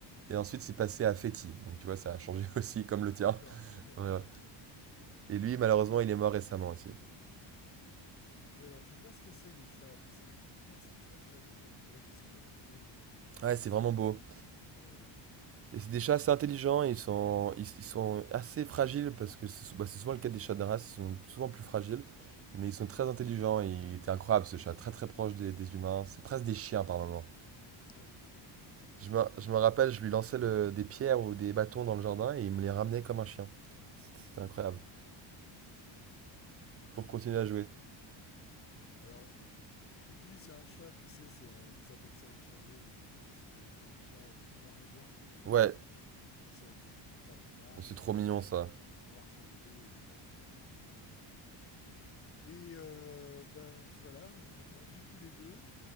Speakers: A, on the right (about 30°); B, on the left (about 25°).
A: et ensuite c'est passé à Feti, donc tu vois ça a changé <laughs> aussi comme le tien.
B: d'accord, ouais,
A: Ouais.
B: <laughs> ok.
A: Et lui malheureusement il est mort récemment aussi.
B: Ouais, alors je vois ce que c'est les chats abyssins. Effectivement, c'est très très beau. On dirait qu'ils sont maquillés.
A: Ouais
B: C'est,
A: c'est vraiment
B: euh,
A: beau.
B: ah ouais, ouais.
A: Et c'est des chats assez intelligents, ils sont, ils, ils sont assez fragiles, parce que c'est sou- bah, c'est souvent le cas des chats de race, ils sont souvent plus fragiles, mais ils sont très intelligents, et il était incroyable ce chat, très très proche des, des humains, c'est presque des chiens par moment.
B: Ouais.
A: Je me, je me rappelle, je lui lançais le- des pierres ou des bâtons dans le jardin et il me les ramenait comme un chien. C'était c'était incroyable. Pour continuer à jouer.
B: Alors, Woody, c'est un chat, tu sais, c'est un- ils appellent ça les chats bleus, les vétos, c'est des- un chat euh, noir et blanc,
A: Ouais,
B: tu sais, avec des grandes taches noires
A: c'est
B: et
A: trop
B: des
A: mignon
B: grandes
A: ça.
B: taches blanches, et noir sur le dos et blanc euh, sur le ventre. Et euh, ben voilà, on, on vit tous les deux.